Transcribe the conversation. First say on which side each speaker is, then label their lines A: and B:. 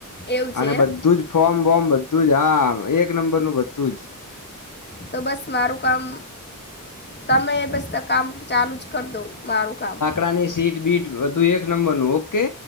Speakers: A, on the left; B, on the left.
A: એવું છે
B: અને બધું
A: એમ
B: જ ફોર્મ બોમ બધું જ હા એક નંબર નું બધું જ.
A: તો બસ મારું કામ તમે બસ. કામ ચાલુ જ કરી દોં મારું કામ
B: આની સીટ બીટ બધું એક નંબર નું ઓકે